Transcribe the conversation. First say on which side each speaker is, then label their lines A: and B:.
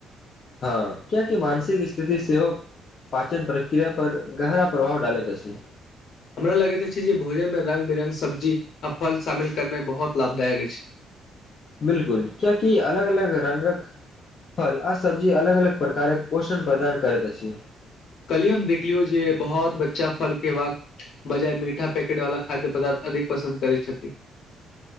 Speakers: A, on the left; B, on the left.
A: हँ कियाकि मानसिक स्थिति सेहो पाचन प्रक्रिया पर गहरा प्रभाव डालैत अछि।
B: हमरा लगैत अछि जे भोजनमे रङ्ंग बिरङ्ग सब्जी आ फल शामिल करनाइ बहुत लाभदायक अछि।
A: बिल्कुल कियाकि अलग-अलग रङ्ंगक फल आ सब्जी अलग-अलग प्रकारक पोषण प्रदान करैत अछि।
B: कल ही हम देखलियौ जे बहुत बच्चा फल खेबाक बजाय मीठा पैकेट वाला खाद्य पदार्थ अधिक पसन्द करै छथि।